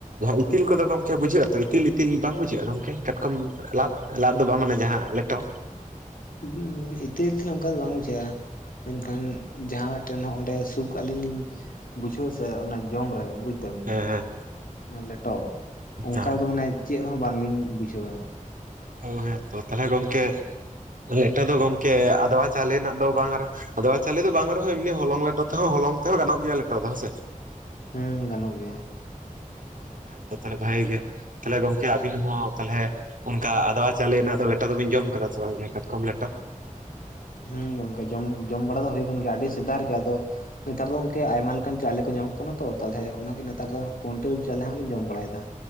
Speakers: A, on the right (about 70°); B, on the left (about 85°).
A: ᱤᱛᱤᱞ ᱠᱚᱫᱚ ᱜᱚᱝᱠᱮ ᱵᱩᱡᱷᱟᱹᱜ ᱛᱚ ᱤᱛᱤᱞ ᱤᱛᱤᱞ ᱵᱟᱝ ᱵᱩᱡᱷᱟᱹᱜᱼᱟ ᱜᱚᱝᱠᱮ ᱠᱟᱴᱠᱚᱢ ᱞᱟᱫ ᱞᱟᱫ ᱫᱚ ᱵᱟᱝ ᱢᱟᱱᱮ ᱡᱟᱦᱟᱸ ᱞᱮᱴᱚ?
B: ᱚ ᱤᱛᱤᱞ ᱤᱛᱤᱞ ᱚᱱᱠᱟ ᱫᱚ ᱵᱟᱝ ᱵᱩᱡᱷᱟᱹᱜᱼᱟ ᱢᱮᱱᱠᱷᱟᱱ ᱡᱟᱦᱟᱸ ᱢᱮ ᱴᱮᱱ ᱦᱚᱸ ᱚᱸᱰᱮ ᱥᱩᱠ ᱟᱹᱞᱤᱧ ᱞᱤᱧ ᱵᱩᱡᱷᱟᱹᱣ-ᱟ ᱥᱮ ᱚᱱᱟ ᱡᱚᱢ ᱨᱮ ᱵᱩᱡ ᱫᱟᱹᱵᱤᱱ?
A: ᱦᱮᱸ ᱦᱮᱸ
B: ᱞᱮᱴᱚ ᱚᱱᱠᱟ
A: ᱦᱮᱸ
B: ᱫᱚ ᱢᱟᱱᱮ ᱪᱮᱫ ᱨᱮᱦᱚᱸ ᱵᱟᱝᱞᱤᱧ ᱵᱩᱡᱷᱟᱹᱣᱟ ᱾
A: ᱚ ᱦᱮᱸ ᱛᱚ ᱛᱟᱦᱚᱞᱮ ᱜᱚᱝᱠᱮ ᱞᱮᱴᱚ ᱫᱚ ᱜᱚᱝᱠᱮ ᱟᱫᱭᱣᱟ ᱪᱟᱣᱞᱮ ᱨᱮᱱᱟᱜ ᱫᱚ ᱵᱟᱝ ᱨᱮ ᱟᱫᱚᱭᱟ ᱪᱟᱣᱞᱮ ᱫᱚ ᱵᱟᱝ ᱨᱮᱦᱚᱸ ᱮᱢᱱᱤ ᱦᱚᱞᱚᱝ ᱞᱮᱴᱚ ᱛᱮᱦᱚᱸ ᱦᱚᱞᱚᱝ ᱛᱮᱦᱚᱸ ᱜᱟᱱᱚᱜ ᱜᱮᱭᱟ ᱞᱮᱴᱚ ᱫᱚ ᱦᱮᱸ ᱥᱮ᱾
B: ᱦᱳ ᱜᱟᱱᱚᱜ ᱜᱮᱭᱟ ᱾
A: ᱚ ᱦᱮᱸ ᱛᱚ ᱛᱟᱦᱚᱞᱮ ᱵᱷᱟᱜᱮ ᱛᱟᱦᱞᱮ ᱜᱚᱝᱠᱮ ᱟᱵᱤᱱ ᱦᱚᱸ ᱛᱟᱦᱚᱞᱮ ᱛᱟ ᱟᱫᱭᱣᱟ ᱪᱟᱣᱞᱮ ᱨᱮᱱᱟᱜ ᱫᱚ ᱞᱮᱴᱟ ᱫᱚᱵᱮᱱ ᱡᱚᱢ ᱠᱟᱫᱟ ᱥᱮ ᱵᱟᱝ ᱡᱟ ᱠᱟᱴᱠᱚᱢ ᱞᱮᱴᱚ?
B: ᱦᱳᱸ ᱜᱚᱝᱠᱮ ᱡᱚᱢ ᱡᱚᱢ ᱵᱟᱲᱟ ᱫᱚ ᱦᱩᱭ ᱠᱟᱱ ᱜᱮᱭᱟ ᱟᱹᱰᱤ ᱥᱮᱫᱟᱨ ᱜᱮ ᱟᱫᱚ ᱱᱮᱛᱟᱨ ᱫᱚ ᱜᱚᱝᱠᱮ ᱟᱭᱢᱟ ᱞᱮᱠᱟᱱ ᱪᱟᱣᱞᱮ ᱠᱚ ᱧᱟᱢᱚᱜ ᱠᱟᱱᱟ ᱛᱚ ᱛᱟᱦᱚᱞᱮ ᱚᱱᱟ ᱜᱮ ᱱᱮᱛᱟᱨ ᱫᱚ ᱦᱟᱜ ᱠᱚᱱᱴᱚᱞ ᱪᱟᱣᱞᱮ ᱦᱟᱜ ᱞᱤᱧ ᱡᱚᱢ ᱵᱟᱲᱟᱭ ᱮᱫᱟ ᱾